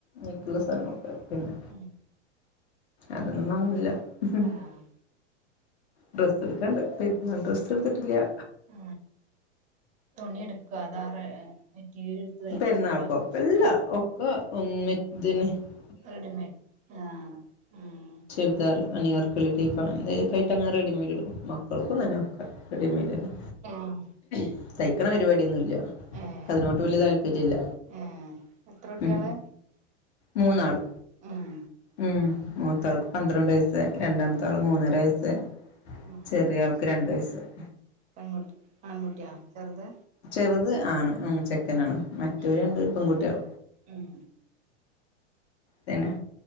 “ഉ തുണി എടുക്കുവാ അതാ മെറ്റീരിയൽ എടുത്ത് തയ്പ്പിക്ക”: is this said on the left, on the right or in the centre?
Right